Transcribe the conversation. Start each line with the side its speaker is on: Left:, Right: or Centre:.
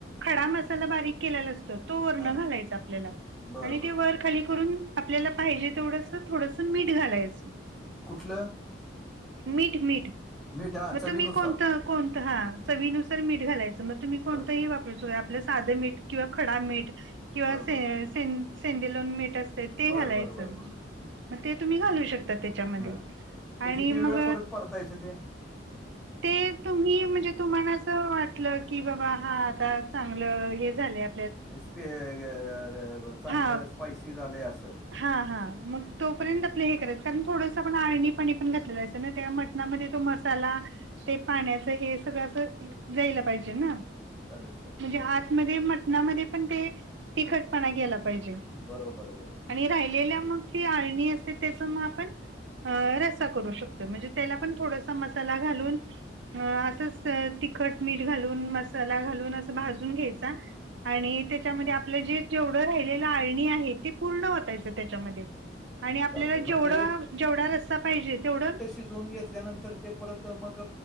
Right: खडा मसाला बारीक केलेला अस तोरण
Centre: हां
Right: घालायच आपल्याला
Centre: बरं
Right: आणि
Centre: बरं
Right: ते
Centre: बरं
Right: वर्क खाली करून आपल्याला पाहिजे तेवढसं थोडस मीठ घालायच.
Centre: कुठलं?
Right: मीठ मीठ
Centre: मीठ हा
Right: मग
Centre: चवीनुसार
Right: तु्म्ही कोणतं? कोणतं हा चवीनुसार मीठ घालायच मग तु्म्ही कोणत
Centre: बरं
Right: ही वापरूस होय आपलंच साध मठ किंवा खडा मीठ किंवा
Centre: बरं
Right: से
Centre: बरं
Right: सें सेंदेलो मीठ अस त ते
Centre: बरं
Right: घालायचं
Centre: बरं बरं बरं बरं
Right: म ते तुम्ही घालू शकता. त त्याच्यामध्ये
Centre: हां ते
Right: आणि
Centre: किती
Right: मग
Centre: वेळ परत परतायचं ते
Right: ते ते तुम्ही म्हणजे तुम्हाला अस वाटलं की बाबा हा आता चांगल हे झालय आ
Centre: स्पे ग चांगलं
Right: हा
Centre: स्पायसी झालंय असं.
Right: हा हा मग तोपर्यंत आपलं हे करायच कारण थोडंसं आपण आळणी पाणी पण घातलेलं असं ना तेंव्हा मग मटणामध्ये तो मसाला ते पाण्याच हे सगळ अस जायला पाहिजे ना.
Centre: चालेल चालेल
Right: म्हणजे
Centre: चालेल चालेल
Right: आतमध्ये मटणामध्ये पण ते तिखटपणा ग्याला पाहिजे
Centre: बरोबरं बरोबर!
Right: आणि राहिलेल्या मग ती अळणी असते त्याच मग आपण ह रस्सा करू शकतो म्हणजे त्याला पण थोडासा मसाला घालून अ असंच तिखट मीठ घालून मसाला घालून अस भाजून घ्यायचा आणि ते त्याच्यामध्ये
Centre: हां
Right: आपले
Centre: हां
Right: जे जेवढं राहिलेले अळणी आहे ते पूर्ण ओतायचे त्याच्यामध्ये आणि आपल्याला
Centre: चालतंय मग
Right: जेवढं
Centre: ते
Right: जेवढा रस्ता पाहिजे तेवढं
Centre: ते धुन घेतल्यानंतर ते परत मग